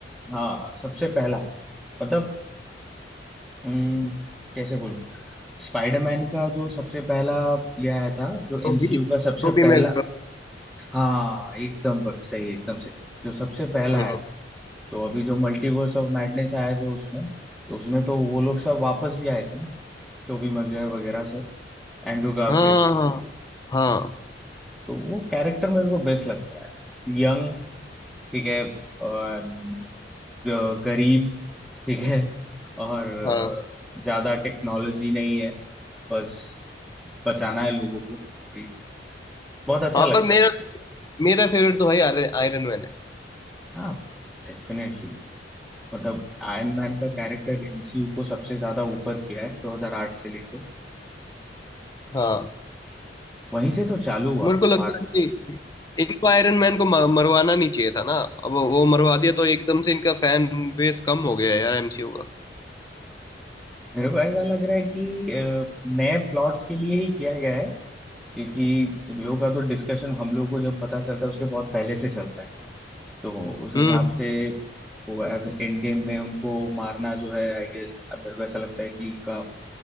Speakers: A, in the centre; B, on the left (about 20°).
A: हाँ सबसे पहला मतलब हम्म, कैसे बोलो स्पाइडरमैन का जो सबसे पहला ये आया था जो
B: तो
A: एमसीयू
B: भी तो
A: का सबसे
B: भी
A: पहला
B: मैं
A: हाँ एकदम ब- सही एकदम सही जो सबसे पहला
B: हम्म
A: आया था तो अभी जो मल्टीवर्स ऑफ मैडनेस आया जो उसमें तो उसमें तो वो लोग सब वापस भी आए थे ना टोबी मैguire वगैरह सब एंड्रू गारफील्ड
B: हाँ हाँ हाँ
A: तो वो कैरेक्टर मेरे को बेस्ट लगता है यंग ठीक है और, अ, गरीब ठीक है और अ,
B: हाँ
A: ज्यादा टेक्नोलॉजी नहीं है बस बचाना है लोगों को भाई बहुत अच्छा
B: हाँ
A: लगता
B: पर मेरा
A: है
B: मेरा फेवरेट तो भाई आयरन मैन है
A: हाँ डेफिनेटली मतलब आयरन मैन का कैरेक्टर एमसीयू को सबसे ज्यादा ऊपर किया है 2008 से लेके
B: हाँ
A: वहीं से तो चालू हुआ
B: मेरे
A: जो
B: को लगता
A: मार्वल
B: है कि इनको आयरन मैन को म- मरवाना नहीं चाहिए था ना अब वो मरवा दिया तो एकदम से इनका फैन बेस कम हो गया है यार एमसीयू का
A: मेरे को ऐसा लग रहा है कि अ, नए प्लॉट्स के लिए ही किया गया है क्योंकि इन लोगों का तो डिस्कशन हम लोग को जब पता चलता है उसके बहुत पहले से चलता है तो उस हिसाब
B: हम्म
A: से वो एंड गेम में उनको मारना जो है आई गेस अब मेरे को ऐसा लगता है कि उनका